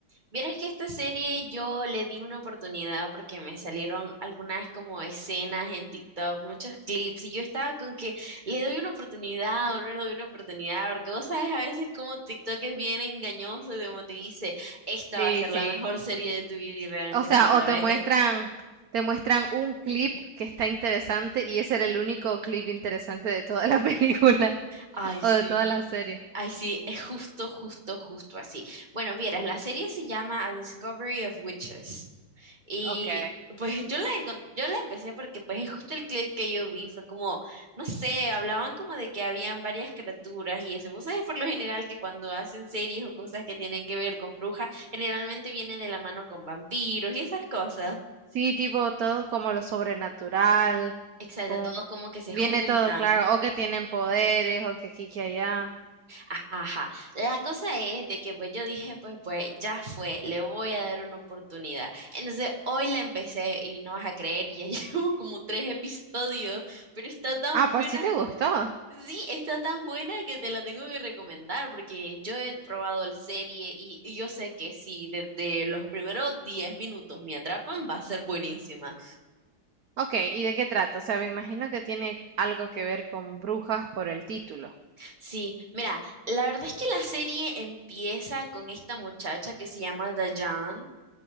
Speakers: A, on the right; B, on the right.
A: Vieras que esta serie yo le di una oportunidad porque me salieron algunas como escenas en TikTok, muchos clips, y yo estaba con que le doy una oportunidad o no le doy una oportunidad, porque vos sabes a veces como TikTok es bien engañoso y como te dice, esta
B: Sí,
A: va a ser
B: sí.
A: la mejor serie de tu vida y realmente
B: O sea,
A: cuando la
B: o te
A: ves
B: muestran,
A: es,
B: te muestran un clip que está interesante y ese era el único clip interesante de toda la <laughs> película
A: ay,
B: o
A: sí.
B: de toda la serie.
A: Ay, sí, es justo, justo, justo así. Bueno, vieras, la serie se llama A Discovery of Witches. Y
B: Ok.
A: pues yo la, encon- yo la empecé porque pues es justo el clip que yo vi, fue como, no sé, hablaban como de que habían varias criaturas y eso. Vos sabés por lo general que cuando hacen series o cosas que tienen que ver con brujas, generalmente viene de la mano con vampiros y esas cosas.
B: Sí, tipo todo como lo sobrenatural,
A: Exacto,
B: con
A: todos como que se
B: viene
A: juntan.
B: todo claro, o que tienen poderes, o que aquí, que allá.
A: Ajá, ajá. La cosa es de que pues yo dije, pues, pues ya fue, le voy a dar una oportunidad. Entonces hoy la empecé y no vas a creer, y ya <laughs> llevo como tres episodios, pero está tan
B: Ah,
A: buena.
B: pues sí te gustó.
A: Sí, está tan buena que te la tengo que recomendar porque yo he probado la serie y, y yo sé que si desde los primeros 10 minutos me atrapan, va a ser buenísima.
B: Ok, ¿y de qué trata? O sea, me imagino que tiene algo que ver con brujas por el título.
A: Sí, mira, la verdad es que la serie empieza con esta muchacha que se llama Dayan